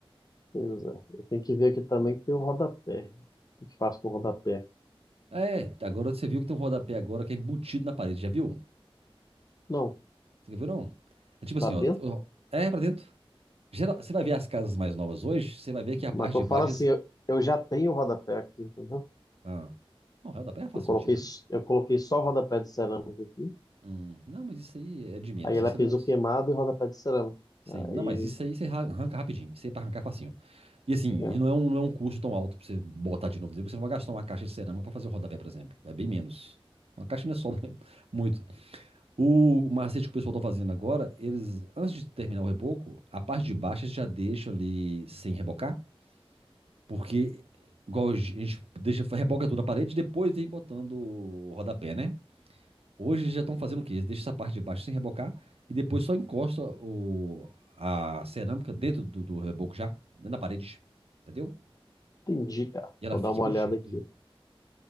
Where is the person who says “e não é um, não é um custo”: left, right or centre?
Right